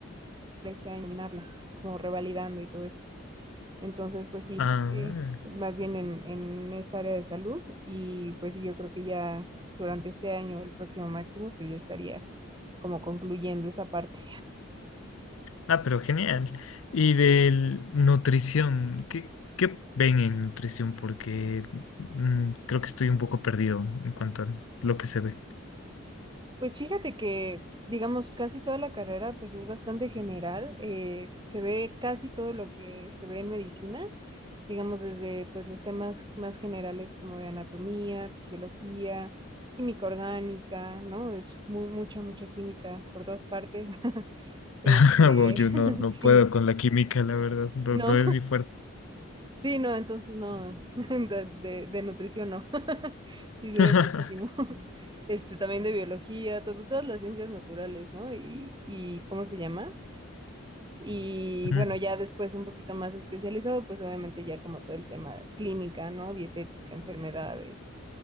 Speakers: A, on the right; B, on the left.
A: este año, terminarla, como revalidando y todo eso. Entonces, pues sí,
B: Ah.
A: eh, más bien en, en esta área de salud y pues sí, yo creo que ya durante este año, el próximo máximo, pues ya estaría como concluyendo esa parte.
B: Ah, pero genial. Y de nutrición, ¿qué, qué ven en nutrición? Porque mm, creo que estoy un poco perdido en cuanto a lo que se ve.
A: Pues fíjate que, digamos, casi toda la carrera pues es bastante general, eh, se ve casi todo lo que se ve en medicina, digamos desde pues los temas más generales como de anatomía, fisiología, química orgánica, ¿no? Es mu- mucha, mucha química por todas partes. <laughs>
B: <laughs>
A: Este,
B: Wow, yo no,
A: <laughs>
B: no
A: sí,
B: puedo con la química, la verdad. No,
A: no,
B: no es mi fuerte.
A: Sí, no, entonces no, <laughs> de, de- de nutrición no. <laughs> Sí se
B: <laughs>
A: ve muchísimo. <laughs> Este, también de biología, to- pues, todas las ciencias naturales, ¿no? Y, y ¿cómo se llama? Y
B: Mm.
A: bueno, ya después un poquito más especializado, pues obviamente ya como todo el tema clínica, ¿no? Dietética, enfermedades.